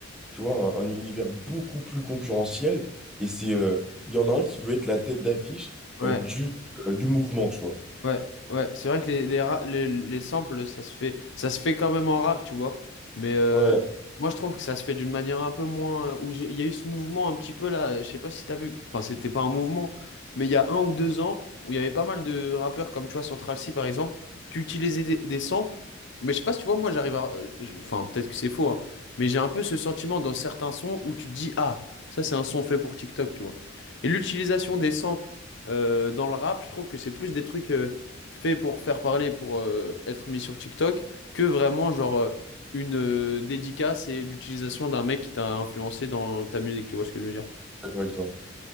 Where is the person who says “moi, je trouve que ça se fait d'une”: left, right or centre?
Left